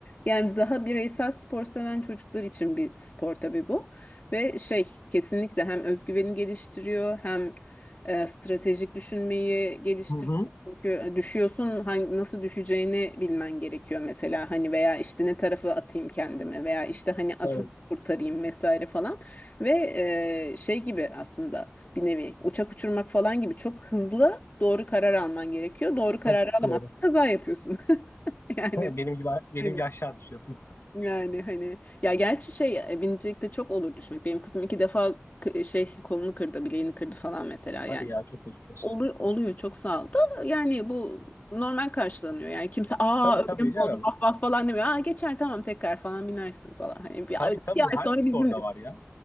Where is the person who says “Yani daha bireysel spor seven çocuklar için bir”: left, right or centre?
Left